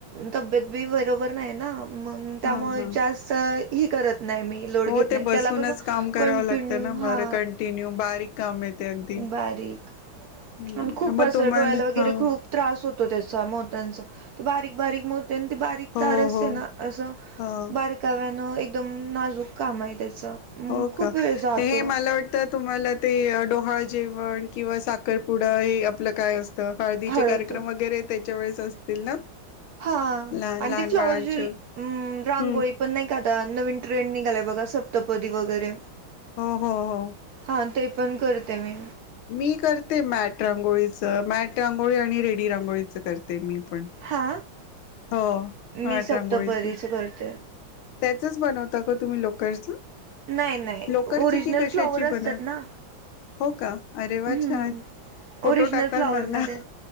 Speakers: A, on the right (about 70°); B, on the left (about 85°).
A: तब्येत बी बरोबर नाही ना मग त्यामुळे
B: हा हा
A: जास्त ही करत नाही मी लोड
B: हो
A: घेत
B: ते
A: नाही
B: बसूनच
A: त्याला कस
B: काम करावं
A: कंटिन्यू
B: लागतं ना बरं
A: हा
B: कंटिन्यू बारीक काम येते अगदी
A: बारीक
B: हं,
A: खूप
B: मग
A: असं
B: तुम्हाला
A: डोळ्याला वगैरे
B: हा हो
A: खूप त्रास होतो त्याचा मोतांचा ते बारीक बारीक बारीक
B: हो
A: तार असते
B: हो
A: ना असं
B: हो
A: बारकाव्यान एकदम नाजूक काम आहे त्याचं मग
B: हो
A: खूप
B: का
A: वेळ जातो
B: ते हे मला वाटतं तुम्हाला ते डोहाळ जेवण किंवा साखरपुडा हे आपलं काय असत हाळदीचे
A: हळद
B: कार्यक्रम वगैरे त्याच्या वेळेस असतील ना
A: हा
B: लहान
A: आणि
B: लहान
A: ती फ्लॉवर
B: बाळांचे
A: ज
B: हम्म
A: रांगोळी पण नाही का आता नवीन ट्रेंड निघालाय बघा सप्तपदी वगैरे
B: हो हो हो
A: हा ते पण करते मी
B: मी करते मॅट रांगोळीचं मॅट रांगोळी आणि रेडी रांगोळीच करते मी पण
A: हा
B: हो मॅट
A: मी सप्तपदिच
B: रांगोळीचं
A: करतो
B: त्याचच बनवता का तुम्ही लोकरच
A: नाही नाही
B: लोकरची
A: ओरिजनल
B: की कशाची
A: फ्लॉवर असतात
B: बनत
A: ना
B: हो का अरे वा
A: हम्म
B: छान फोटो
A: ओरिजनल
B: टाकाल
A: फ्लॉवरमध्ये
B: मला